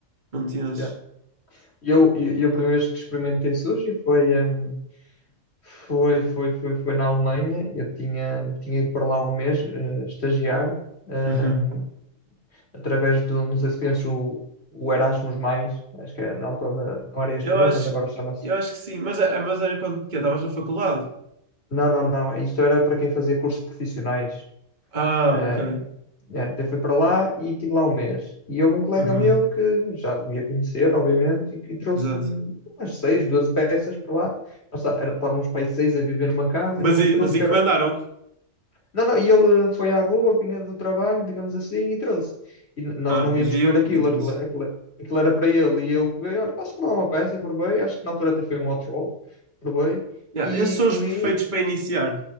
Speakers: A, on the right; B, on the left.
A: Não te enches.
B: yeah. E Eu, e e a primeira vez que experimentei sushi foi, hum, foi, foi, foi, foi na Alemanha. Eu tinha, tinha ido para lá um mês, eh, estagiar, hum,
A: Uhum.
B: através do, não sei se conheces o, o Erasmus+, Mais, acho que era na altura, não era este
A: Eu
B: o nome,
A: acho,
B: mas agora chama-se.
A: eu acho que sim, mas, é- mas era quando que estavas na faculdade.
B: Não, não, não. Isto era para quem fazia cursos profissionais.
A: Ah,
B: Ah,
A: ok.
B: é, até fui para lá e estive lá um mês. E houve um colega
A: Uhum.
B: meu que já devia conhecer, obviamente, e, e trouxe
A: Exato.
B: um- umas seis, 12 peças para lá. Nós tá- era- estávamos para aí seis a viver numa casa
A: Mas,
B: e ele
A: e-
B: trouxe
A: mas encomendaram.
B: que era. Não, não, e ele foi à rua, vinha do trabalho, digamos assim, e trouxe. E n- nós
A: Ah,
B: não
A: viu
B: íamos comer aquilo,
A: e trouxe.
B: aquilo, aquilo, aquilo era para ele. E eu peguei, olha, posso provar uma peça e provei. Acho que na altura até foi um hot roll, provei
A: Yeah,
B: e
A: esses são
B: comi.
A: os perfeitos para iniciar.